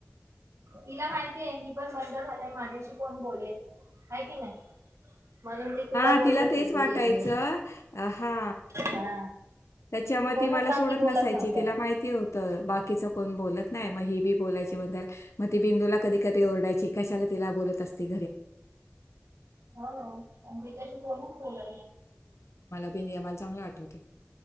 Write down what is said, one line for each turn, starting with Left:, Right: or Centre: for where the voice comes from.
Right: इला माहिती पण बंद झा माझ्याशी कोण बोलेल आहे कि नाही म्हणून ती तुला
Left: हा
Right: बोलवत
Left: तिला तेच
Right: होती
Left: वाटायचं
Right: ये ये
Left: हा
Right: हा
Left: त्याच्यामध्ये
Right: कोणच
Left: त मला
Right: बाकी
Left: सोडत
Right: बोलत
Left: नसायची
Right: नव्हतं
Left: तिला माहिती होती तर बाकीच कोण बोलत नाही मग ही बी बोलायची म त बिंदूला कधी कधी ओरडायची कशाला तिला बोलत असती
Right: होा बताशी बोलच बोला
Left: आमला चांग आठवत